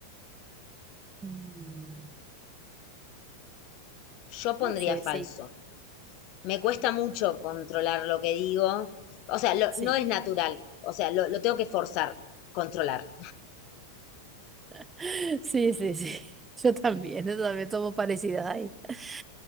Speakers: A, on the right (about 15°); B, on the left (about 40°).
A: mm,
B: Yo pondría
A: no sé,
B: falso.
A: sí,
B: Me cuesta mucho controlar lo que digo, o sea, lo-
A: sí.
B: no es natural, o sea, lo, lo tengo que forzar, controlar.
A: <laughs> Sí, sí, sí. <laughs> Yo también, yo también tomo parecidas ahí. <laughs>